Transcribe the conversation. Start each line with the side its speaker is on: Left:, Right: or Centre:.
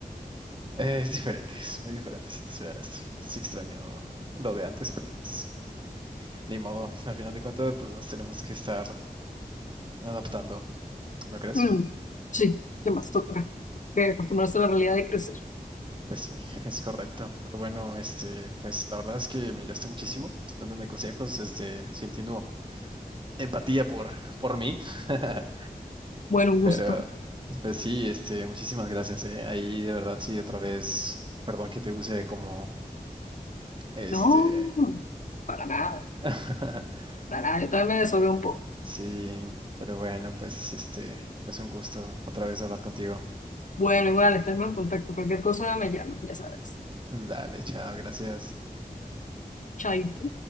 Right: eh, es diferente, es muy diferente, si te soy honesto. Sí extraño lo de antes, pero pues ni modo. <laughs> Al final de cuentas, pues nos tenemos que estar adaptando, ¿no crees?
Left: Mm, sí, ¿qué más toca? Que acostumbrarse a la realidad de crecer.
Right: Pues sí, <laughs> es correcto. Pero bueno, este, pues la verdad es que me ayudaste muchísimo dándome consejos, este, sintiendo empatía por, por mí. <laughs>
Left: Bueno, un
Right: Pero,
Left: gusto.
Right: pues sí, este, muchísimas gracias, eh. Ahí de verdad sí, otra vez, perdón que te use como, este,
Left: No, para nada,
Right: <laughs>
Left: para nada. Yo también me desahogué un poco.
Right: sí, pero bueno, pues este, pues un gusto otra vez hablar contigo.
Left: Bueno, igual, estarme en contacto. Cualquier cosa me llama, ya sabes.
Right: <laughs> Dale, chao, gracias.
Left: Chaito.